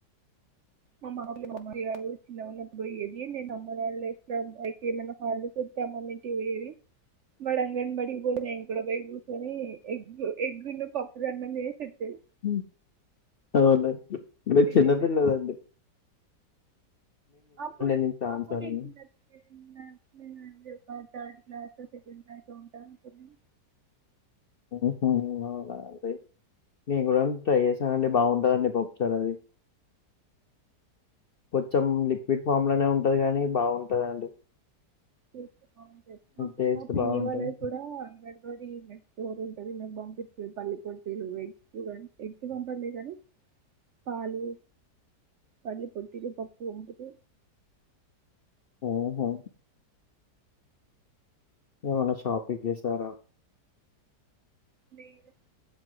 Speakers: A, on the right (about 75°); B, on the left (about 60°).
A: మా అమ్మ వాళ్లు పంపేవారు చిన్నగ ఉన్నప్పుడు పోయేది నేను అమ్మ వాళ్ళు బడికి ఏమైనా హాలిడేస్ వత్తే అమ్మొళ్లు టి పోయేది బడిఅంగన్ బడి పొయ్యి నేను కూడా కూస్సొని ఎగ్గు ఎగ్గును పప్పుదన్నం దినేసి వచ్చేది
B: హ్మ్. అవునా? మీరు చిన్నపిల్లలు అండి
A: అప్పుడు
B: నేను చాలా
A: ఆప్పును
B: సార్లు.
A: చిన్న పిల్లను నేను <unintelligible> థర్డ్ క్లాస్ సెకండ్ క్లాసో ఉంటా అనుకోని
B: హ్ హు అవున అండి. నేను కూడా ట్రై చేసనండి బాగుంటందండి. పప్పుచార్ అది కొంచెం లిక్విడ్ ఫామ్ లోనే ఉంటది. కానీ బాగుంటదండి.
A: చేస్తే బాగుంటంది. మా
B: టేస్ట్
A: మా పిన్నీ
B: బాగుంటది
A: వాళ్ళది కూడా అంగడిబడి మెస్ స్టోర్ ఉంటది. నాకు పంపిస్తది. పల్లి పట్టిలు ఎగ్స్ కాని ఎగ్స్ పంపదిలే గాని పాలు పల్లి వట్టిదే పప్పు వంపుతది.
B: ఓహో ఏమన్నా షాపింగ్ చేసారా
A: లేదు